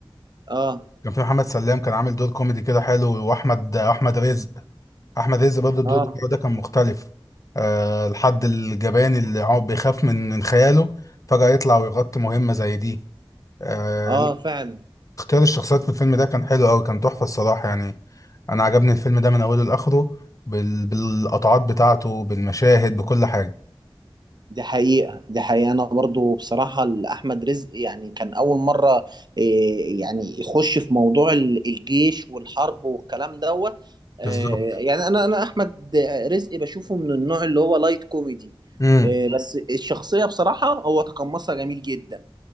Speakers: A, on the right (about 50°); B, on the left (about 35°).
A: اه
B: كان فيه محمد سلام كان عامل دور كوميدي كده حلو واحمد احمد رزق احمد عز برضه الدور
A: اه
B: بتاعه ده كان مختلف أه الحد الجبان اللي عم بيخاف من من خياله فجأة يطلع ويغطي مهمة زي دي أه
A: اه
B: لا،
A: فعلا
B: اختيار الشخصيات في الفيلم ده كان حلو قوي كان تحفة الصراحة يعني انا عجبني الفيلم ده من اوله لاخره بال... بالقطعات بتاعته بالمشاهد بكل حاجة
A: دي حقيقة دي حقيقة أنا برضو بصراحة أحمد رزق يعني كان أول مرة إيه، يعني يخش في موضوع ال- الجيش والحرب والكلام دوت آه،
B: بالظبط
A: يعني أنا أنا أحمد رزق بشوفه من النوع اللي هو لايت كوميدي
B: امم
A: آه، بس الشخصية بصراحة هو تقمصها جميل جدا